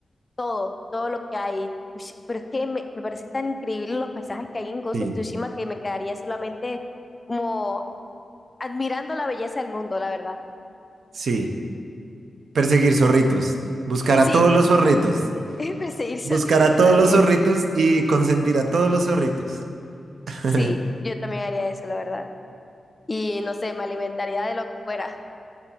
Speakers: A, on the left (about 20°); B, on the right (about 75°).
A: todo, todo lo que hay. Uy, pero es que me, me parece tan increíble los paisajes que hay en Ghost
B: Sí,
A: of Tsushima que me quedaría solamente como admirando la belleza del mundo, la verdad.
B: sí. Perseguir zorritos. Buscar
A: Pues
B: a
A: sí,
B: todos los zorritos.
A: <laughs> Perseguir solito
B: Buscar a todos
A: también.
B: los zorritos y consentir a todos los zorritos. <laughs>
A: Sí, yo también haría eso, la verdad. Y no sé, me alimentaría de lo que fuera.